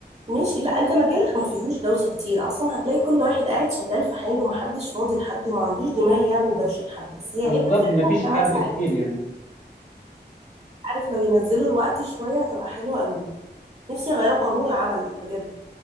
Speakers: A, on the right (about 35°); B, on the left (about 40°).
A: ماشي لا انت مجالك ما فيهوش دوشه كتير اصلا هتلاقي كل واحد قاعد شغال في حاله ومحدش فاضي لحد وما عندوش دماغ يعمل دوشه لحد بس هي
B: بالظبط
A: عيبها
B: مفيش
A: فعلا 8
B: حرق
A: ساعات
B: كتير يعني
A: عارف لو ينزلوا الوقت شويه هتبقى حلوه قوي نفسي يغيروا قانون العمل بجد